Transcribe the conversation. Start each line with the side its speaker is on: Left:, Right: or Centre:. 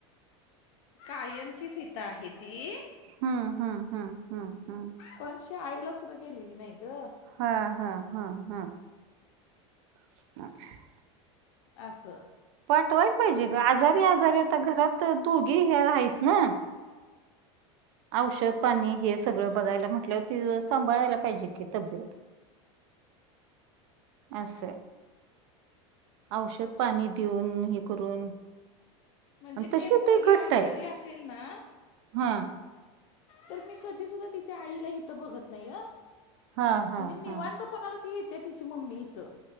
Left: कायमचीच इथं आहे ती
Right: हम्म हम्म हम्म.
Left: पण शाळेला सुद्धा गेलेली नाही ग.
Right: हा हा हा.. <inaudible>
Left: असं.
Right: पाठवायला पाहिजे ग, आजारी आजारी आता घरात दोघी हे आहेत ना? औषध पाणी हे सगळं बघायला म्हटलं, सांभाळायला
Left: दाखव
Right: पाहिजे की तब्येत अस, औषध पाणी देऊन हे करून
Left: म्हणजे
Right: आणि तशी
Left: ती पोरगी
Right: घट्ट
Left: आजारी
Right: आहे.
Left: असेल ना,
Right: हां.
Left: तर मी कधी सुद्धा तिच्या आईला इथं बघत नाही अ.
Right: हां, हां,
Left: म्हणजे निवांत
Right: हां.
Left: पणाला, ती इथे तिची मम्मी इथं.